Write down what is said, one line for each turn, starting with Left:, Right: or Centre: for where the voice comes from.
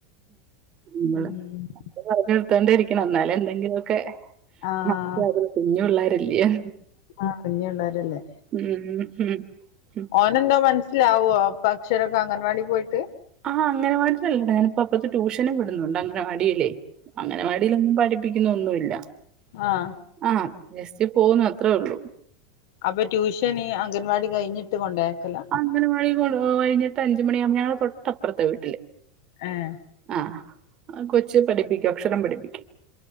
Right: നമ്മള്
Left: ഉം
Right: പറഞ്ഞ് കൊടുത്തോണ്ടെയിരിക്കണം ഇന്നാലെ എന്തെങ്കിലൊവൊക്കെ
Left: ആ
Right: മനസ്സിലാവത്തൊള്ളു കുഞ്ഞു പിള്ളാരല്ലയോ
Left: ആഹ് കുഞ്ഞി പിള്ളാരല്ലേ?
Right: ഉം ഉം ഉം
Left: ഓനെന്തോ മനസ്സിലാവോ അക്ഷരൊക്കെ അംഗൻവാടി പോയിട്ട്?
Right: ആഹ് അംഗനവാടിലല്ല ഡാ ഞാനിപ്പോ അപ്പറത്തെ ട്യൂഷനും വിടുന്നുണ്ട് അംഗനവാടിയിലേ അംഗനവാടിയില് ഒന്നും പഠി പിക്കുന്ന് ഒന്നുവില്ല
Left: ആഹ്
Right: ആഹ് ജസ്റ്റ് പോകുന്നു അത്രേയൊള്ളൂ
Left: അപ്പൊ ട്യൂഷന് അംഗൻവാടി കഴിഞ്ഞിട്ട് കൊണ്ടയാക്കല?
Right: അംഗനവാടിയൊക്കെ കഴിഞ്ഞിട്ട് അഞ്ച് മണിയാവുമ്പോ ഞങ്ങളെ തൊട്ടപ്പുറത്തെ വീട്ടില്
Left: ഏഹേ?
Right: ആഹ് ആ കൊച്ച് പഠിപ്പിക്കും അക്ഷരം പഠിപ്പിക്കും